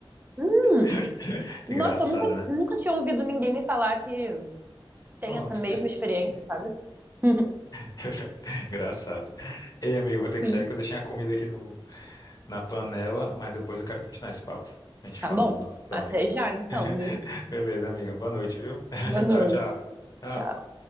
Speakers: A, on the right (about 20°); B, on the left (about 40°).
A: Hum.
B: <laughs>
A: Nossa,
B: Engraçado,
A: eu nunca,
B: né?
A: nunca tinha ouvido ninguém me falar que tem
B: Pronto.
A: essa mesma experiência, sabe? <laughs>
B: <laughs> Engraçado. Ei, amigo, vou ter que
A: Sim.
B: sair que eu deixei a comida aqui no, na panela, mas depois eu quero continuar esse papo. A gente
A: Tá
B: fala
A: bom.
B: dos nossos sonhos.
A: Até já, então,
B: <laughs>
A: viu?
B: Beleza, amiga. Boa noite, viu? <laughs>
A: Boa noite.
B: Tchau, tchau. Tchau.
A: Tchau.